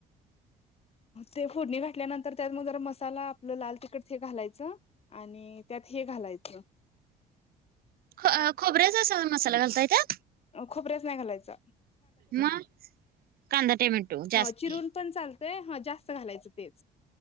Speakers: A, on the left; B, on the right.
A: ते फोडणी घातल्यानंतर त्यात मग, जरा मसाला आपलं लाल तिखट हे घालायचं. आणि त्यात हे घालायचं.
B: अ खोबऱ्याचा स असं मसाला घालत्या त्या.
A: खोबरंच नाही घालायचं.
B: म.. कांदा टँमेटो जास्ती
A: ह चिरून पण चालतंय ह जास्त घालायचं तेच